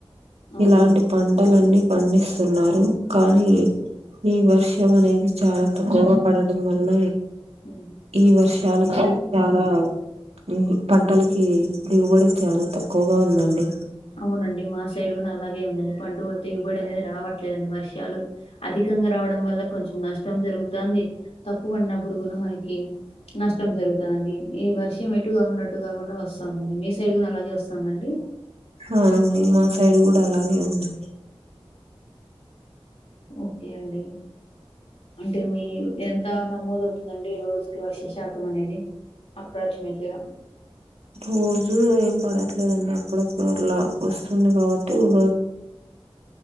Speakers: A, on the left; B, on the right.
A: అవునులేండి
B: ఇలాంటి పంటలన్నీ పండిస్తున్నారు కానీ
A: ఉమ్
B: ఈ వర్షం అనేది చాలా తక్కువగా పడటం వల్ల
A: ఉమ్
B: ఈ వర్షాలకి చాలా ఈ పంటలకి దిగుబడి చాలా తక్కువ ఎక్కువగా ఉందండి
A: అవునండి మా సైడ్ కూడా అలాగే ఉందండి పంటకు దిగుబడి అనేది రావట్లేదండి వర్షాలు అధికంగా రావడం వల్ల కొంచెం నష్టం జరుగుతుంది తక్కువ ఉన్నప్పుడు మనకి నష్టం జరుగుతాంది ఈ వర్షం ఎటు కాకుండా అటు కాకుండా వస్తుందండి మీ సైడ్ కూడా అలాగే వస్తుందండి
B: అవునండి మా సైడ్ కూడా అలాగే ఉందండి
A: ఓకే అండి అంటే మీ ఎంత నమోదవుతుందండి ఈ రోజుకి వర్ష శాతం అనేది అప్రాక్సిమేట్లీగా
B: రోజు ఏం పడట్లేదండి అప్పుడర్లా వస్తుంది కాబట్టి ఇ
A: అ <inaudible>